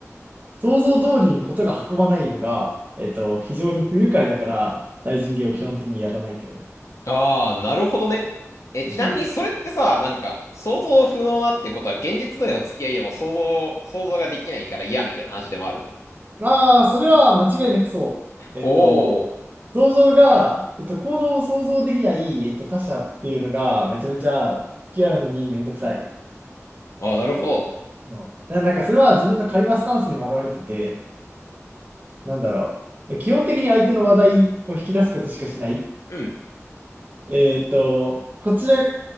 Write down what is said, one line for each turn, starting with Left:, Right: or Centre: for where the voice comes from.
Right: 想像通りにことが運ばないのが、えっと、非常に不愉快だから、対人芸を基本的にやらないんだよね。
Left: ああ、なるほどね。え、ちなみにそれってさ、
Right: うん。
Left: なんか、想像不能なってことは現実での付き合いでも想像、想像ができないから嫌みたいな話でもあるの
Right: ああ、それは間違いなくそう。えっと、
Left: おー。
Right: 想像が、えっと、行動を想像できない、えっと、他者っていうのが、めちゃめちゃ付き合うのにめんどくさい
Left: ああ、なるほど。
Right: の。な、なんか、それは自分の会話スタンスにも表れてて、なんだろう。え基本的に相手の話題を引き出すことしかしない。
Left: うん。
Right: えっと、こちら